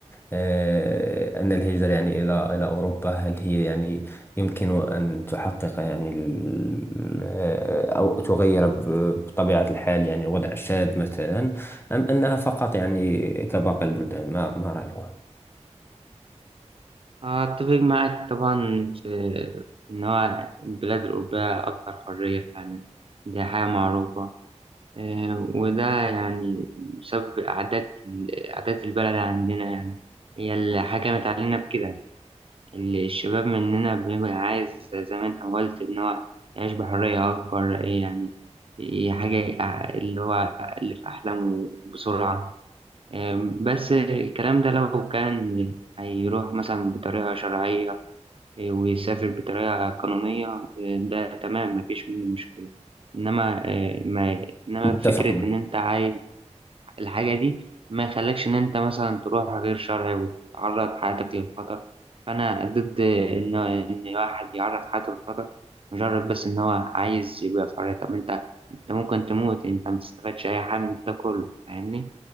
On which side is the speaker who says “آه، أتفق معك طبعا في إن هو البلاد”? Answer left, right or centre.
Right